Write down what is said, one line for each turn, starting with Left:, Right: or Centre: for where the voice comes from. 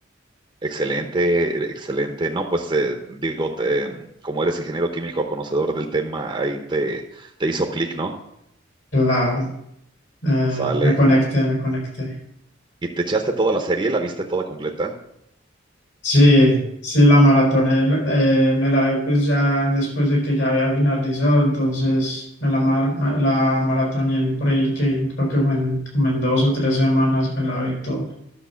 Right: Excelente, excelente. No, pues eh, digo, te, em, como eres ingeniero químico, conocedor del tema, ahí te, te hizo clic, ¿no?
Left: Claro, eh,
Right: Sale.
Left: me conecté, me conecté.
Right: ¿Y te echaste toda la serie? ¿La viste toda completa?
Left: Sí, sí, la maratoné, eh, me la vi pues ya después de que ya había finalizado, entonces me la, mar- ma- la maratoné en por ahí que creo que fue en, como en dos o tres semanas me la vi todo.